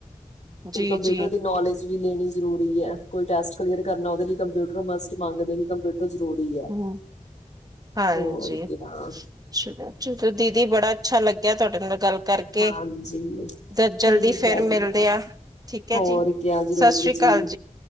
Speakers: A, on the left; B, on the right.
A: ਫਿਰ
B: ਜੀ
A: ਕੰਪਿਊਟਰ
B: ਜੀ
A: ਦੀ ਨੌਲੇਜ ਵੀ ਲੈਣੀ ਜ਼ਰੂਰੀ ਐ। ਕੋਈ ਟੈਸਟ ਕਲੀਅਰ ਕਰਨਾ ਉਹਦੇ ਲਈ ਕੰਪਿਊਟਰ ਮਸਟ ਮੰਗਦੇ, ਵੀ ਕੰਪਿਊਟਰ ਜ਼ਰੂਰੀ
B: ਹਮ
A: ਐ,
B: ਹਾਂਜੀ
A: ਤੇ ਹੋਰ ਕਿਹਾ।
B: ਚਲੋ, ਦੀਦੀ ਬੜਾ ਅੱਛਾ ਲੱਗਿਆ ਤੁਹਾਡੇ ਨਾਲ ਗੱਲ ਕਰਕੇ
A: ਹਾਂਜੀ,
B: ਜ-
A: ਠੀਕ
B: ਜਲਦੀ ਫੇਰ
A: ਐ ਜੀ,
B: ਮਿਲਦੇ
A: ਹਾਂਜੀ।
B: ਆ ਠੀਕ ਹੈ
A: ਹੋਰ
B: ਜੀ
A: ਕਿਆ ਜ਼ਰੂਰ
B: ਸਤਿ ਸ੍ਰੀ ਅਕਾਲ
A: ਜੀ,